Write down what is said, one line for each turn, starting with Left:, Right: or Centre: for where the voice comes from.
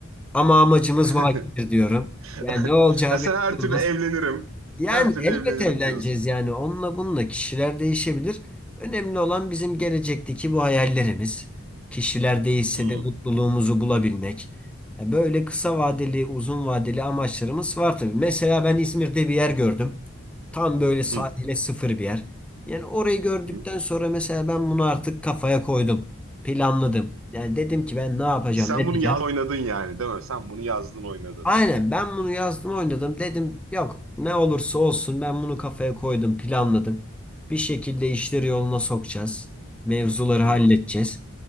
Centre: ama amacımız
Right: <laughs>
Centre: vakidir diyorum. Yani
Right: <laughs>
Centre: ne olacağı
Right: Ha, sen
Centre: belli
Right: her
Centre: olmaz.
Right: türlü evlenirim.
Centre: Yani
Right: Her türlü
Centre: elbet
Right: evlenirim
Centre: evleneceğiz
Right: diyorsun.
Centre: yani onunla bununla kişiler değişebilir. Önemli olan bizim gelecekteki bu hayallerimiz. Kişiler değişse
Right: Hı,
Centre: de mutluluğumuzu bulabilmek. E, Böyle kısa vadeli, uzun vadeli amaçlarımız var tabii. Mesela ben İzmir'de bir yer gördüm. Tam böyle sahile
Right: hı,
Centre: sıfır bir yer. Yani orayı gördükten
Right: hı.
Centre: sonra mesela ben bunu artık kafaya koydum. Planladım. Yani dedim ki ben ne yapacağım,
Right: Sen
Centre: edeceğim.
Right: bunu yaz oynadın yani değil mi? Sen bunu yazdın oynadın.
Centre: Aynen ben bunu yazdım oynadım dedim yok ne olursa olsun ben bunu kafaya koydum planladım. Bir şekilde işleri yoluna sokacağız. Mevzuları halledeceğiz.
Right: Hı,